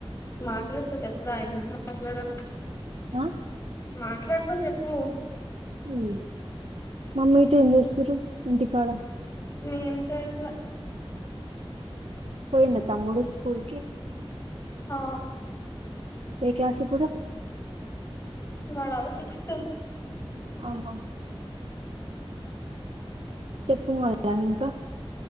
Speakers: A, on the left; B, on the right.
A: మాట్లాడతా చెప్పురా ఎందుకు మాట్లాడను
B: ఆ
A: మాట్లాడు బ చెప్పు
B: మ్ మమ్మీటి ఏం చేస్తురు ఇంటికాడ
A: నేమ్ తో ఇట్లా
B: పోయిన్న తమ్ముడు స్కూల్కి
A: హ
B: ఏ క్లాస్ ఇపుడు
A: వాడ సిక్స్త్
B: ఆహ చెప్పు మల్ల ఇంకా